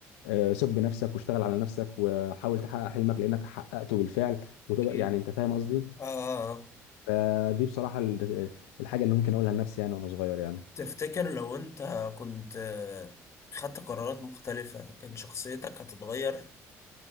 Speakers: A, on the left; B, on the left.
A: آه، ثق بنفسك واشتغل على نفسك وحاول تحقق حلمك لانك حققته بالفعل وتقدر
B: اكيد
A: يعني انت فاهم قصدي
B: اه آه.
A: فدي بصراحه ال- الحاجه اللي ممكن اقولها لنفسي يعني وانا صغير يعني
B: تفتكر لو انت كنت آه، خدت قرارات مختلفه كان شخصيتك هتتغير